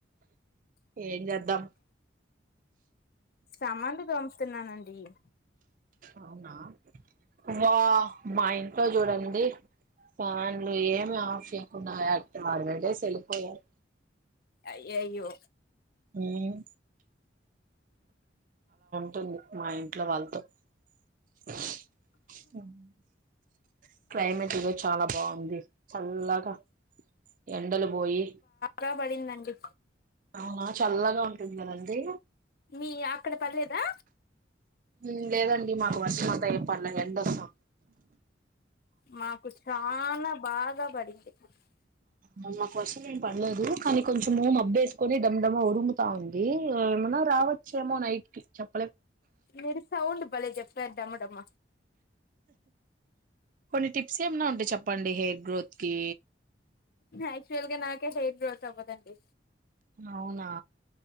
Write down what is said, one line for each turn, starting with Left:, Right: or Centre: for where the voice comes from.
Right: ఏం చేద్దాం
Left: సామాన్లు దోంతున్నానండి డి
Right: అవునా వా మా ఇంట్లో చూడండి ఫ్యాన్లు ఏమి ఆఫ్ చేయకుండా అట్ వాళ్ళు వెళేసి వెళ్ళిపోయారు
Left: అయ్యయ్యో
Right: హ్మ్మ్ టుంది మా ఇంట్లో వాళ్ళతో అ క్లైమేట్ ఈ రోజు చాలా బాగుంది చల్లగా ఎండలు పోయి
Left: గా పడిందండి
Right: అవునా చల్లగా ఉంటుంది కదండి
Left: మీ అక్కడ పడలేదా
Right: హుమ్ లేదండి మాకు వర్షం అటా ఏం పడలేదండీ ఎండ సా
Left: మాకు చానా బాగా పడి <unintelligible>
Right: మల్ల వర్షం ఏం పడలేదు కానీ కొంచెము మబ్బేసుకొని డండం ఉరుము స్తా ఉంది ఏమనా రావచ్చేమో నైట్ కి చెప్పలేం
Left: మీరు సౌండ్ భలే చెప్పారు డమడమ
Right: కొన్ని టిప్స్ ఏమన్నా ఉంటే చెప్పండి హెయిర్ గ్రోత్ కి
Left: ఆక్చువల్గా నాకే హెయిర్ గ్రోత్ అవ్వదండి
Right: అవునా